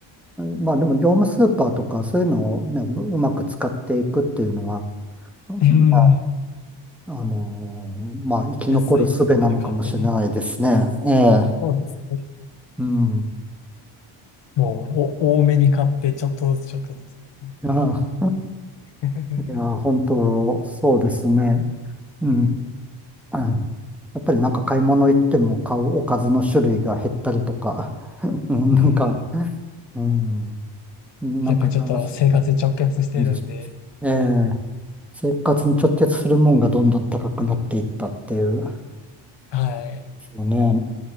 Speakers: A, in the centre; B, on the left.
A: まあでも、業務スーパーとか、そういうのをね、ううまく使っていくっていうのは、まあ、
B: <laughs> うん。
A: あのまあ、生き残る術なのかもしれないですね。
B: 安いところで買ってね。
A: ええ。
B: そうですね。
A: うん。
B: もうお多めに買ってちょっとずつちょっとずつですね。
A: いや、
B: <laughs>
A: いや、本当、そうですね。うん
B: うん。
A: うんやっぱりなんか買い物行っても買うおかずの種類が減ったりとか、<laughs> うんなんか、
B: うん
A: うん、なんかなんだそんな
B: やっぱりちょっと生活に直結してるんで、
A: 感じします。ええ生活に直結するもんがどんどん高くなっていったっていう、で
B: はい。
A: すよね。